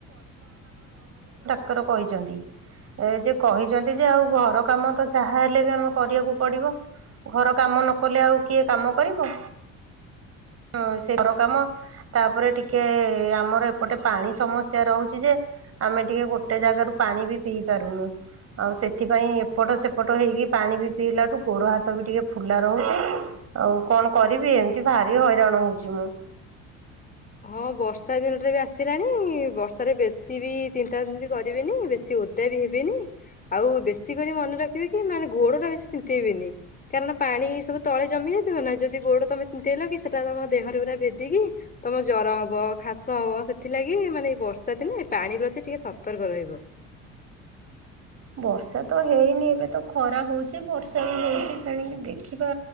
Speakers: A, on the right (about 50°); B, on the left (about 30°).
A: ର କହିଛନ୍ତି ଏ ଯେ କହିଛନ୍ତି ଯେ ଆଉ ଘର କାମ ତ ଯାହା ହେଲେ ବି ଆମେ କରିବାକୁ ପଡିବ ଘର କାମ ନ କଲେ ଆଉ କିଏ କାମ କରିବ। ହଁ ସେ ଘର କାମ ତାପରେ ଟିକେ ଆମର ଏପଟେ ପାଣି ସମସ୍ୟା ରହୁଛି ଯେ ଆମେ ଟିକେ ଗୋଟେ ଜାଗାରୁ ପାଣି ବି ପିଇ ପାରୁନୁ ଆଉ ସେଥିପାଇଁ ଏପଟ ସେପଟ ହେଇକି ପାଣି ବି ପିଇଲାଠୁ ଗୋଡ ହାତ ବି ଟିକେ ଫୁଲା ରହୁଛି ଆଉ କଣ କରିବି ଏମିତି ବାହାର ଭ ହଇରାଣ ହଉଛି ମୁଁ
B: ହଁ ବର୍ଷା ଦିନଟା ବି ଆସିଲାଣି ବର୍ଷାରେ ବେଶୀ ବି ଚିନ୍ତା କରିବେନି ବେଶୀ ଓଦା ବି ହେବନି ଆଉ ବେଶୀ କରି ମନେ ରଖିବେ କି ମାନେ ଗୋଡ ଟା ବେଶୀ ତିନ୍ତେଇବନି କାରଣ ପାଣି ସବୁ ତଳେ ଜମି ଯାଇଥିବ ନା ଯଦି ଗୋଡ ତମେ ତିନ୍ନ୍ତେଇଲ କି ସେଟା ତମ ଦେହରେ ପୁରା ଭେଦିକି ତମ ଜର ହବ ଖାସ ହବ ସେଥିଲାଗି ମାନେ ବର୍ଷା ଦିନ ପାଣି ଟିକେ ସତର୍କ ରହିବ।
A: ବର୍ଷା ତ ହେଇନି ଏବେ ତ ଖରା ହଉଛି ବର୍ଷା ବି ହଉଛି ତଣିକ ଦେଖିବା